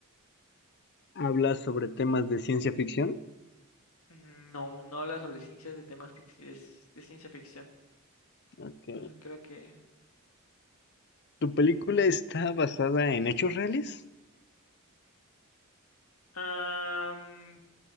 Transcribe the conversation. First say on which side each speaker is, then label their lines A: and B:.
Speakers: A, on the left (about 50°); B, on the left (about 75°).
A: habla sobre temas de ciencia ficción.
B: Mm, No, no habla sobre ciencias de temas fic- de, ci- de ciencia ficción.
A: Ok.
B: No, creo que.
A: Tu película está basada en hechos reales.
B: Am,